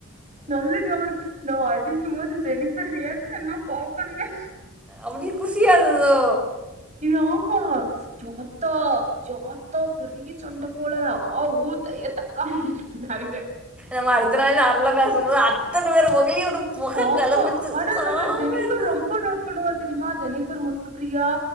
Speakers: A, on the right; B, in the centre.
A: நல்ல நீ அவருக்கு நா அடி க்குமபோது ஜெனிபர் ரியாகஷன் எல்ல பாக்கணுமே
B: அப்டியே குசியா இருந்ததோ
A: இது ஆமா பிரோத்தா ஏ ஆத்தா பெரியசண்ட போல ஆ ஊ தய தக்காங்க என்டாலுக
B: நம்ம அடுத்த நாள் நார்மலா பேசும்போது அத்தன பேர் மொகரையு ஒரு புகை
A: ஆமா
B: கிளம்பிச்சு
A: ஆனா
B: சாமையா
A: நம்மள ஜெனிஃபர்
B: இருந்தது
A: ரொம்ப நோட் பண்ணுவா தெரியுமா ஜெனிஃபர் முத்து பிரியா